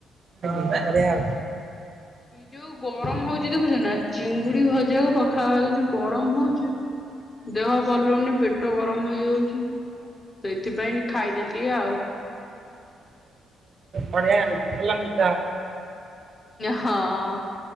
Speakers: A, on the right; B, on the left.
A: <unintelligible> ବଢିଆ ଆଉ।
B: ଏଇ ଯୋଉ ଗରମ ହଉଛି ଦେଖୁଛ ନା ଚିଙ୍ଗୁଡି ଭଜାକୁ ପଖାଳ ଭାତ, ଏ ଯୋଉ ଗରମ ହଉ ଦେହ ଭଲ ହୋଉନି ପେଟ ଗରମ ହେଇଯାଉଚି। ସେଇଥିପାଇଁ ଖାଇଦେଲି ଟିକେ ଆଉ।
A: ବଢିଆ ଆଉ ହେଲାନି?
B: ହଁ